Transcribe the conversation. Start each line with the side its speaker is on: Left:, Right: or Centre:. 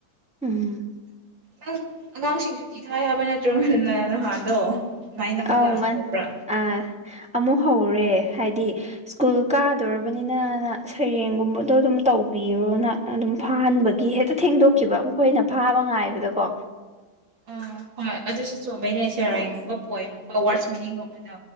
Centre: ꯎꯝ
Right: ꯅꯪ ꯑꯉꯥꯡꯁꯤꯡ ꯁꯨꯇꯤ ꯊꯥꯏ ꯍꯥꯏꯕ ꯅꯠꯇ꯭ꯔꯣ ꯉꯟꯅ ꯅꯍꯥꯟꯗꯣ꯫ ꯀꯃꯥꯏꯅ ꯑꯃꯨꯛꯀ
Centre: ꯑꯧ ꯉꯥꯟ
Right: ꯍꯧꯕ꯭ꯔꯥ
Centre: ꯑ ꯑꯃꯨꯛ ꯍꯧꯔꯦ꯫ ꯍꯥꯏꯗꯤ ꯁ꯭ꯀꯨꯜ ꯀꯥꯗꯣꯔꯕꯅꯤꯅꯅ ꯁꯩꯔꯦꯡꯒꯨꯝꯕꯗꯣ ꯑꯗꯨꯝ ꯇꯧꯕꯤꯑꫭꯅ ꯑꯗꯨꯝ ꯐꯥꯍꯟꯕꯒꯤ ꯍꯦꯛꯇ
Right: ꯑꯣ
Centre: ꯊꯦꯡꯗꯣꯛꯈꯤꯕ ꯃꯈꯣꯏꯅ ꯐꯥꯕ ꯉꯥꯏꯕꯗꯀꯣ꯫
Right: ꯎꯝ ꯍꯣꯏ ꯑꯗꯨꯁꯨ ꯆꯨꯝꯑꯦꯅꯦ ꯁꯦꯔꯥꯏꯡꯒꯨꯝꯕ ꯄꯣꯏꯝꯒꯨꯝꯕ ꯋꯥꯔꯗꯁ ꯃꯤꯅꯤꯡꯒꯨꯝꯕꯗꯣ꯫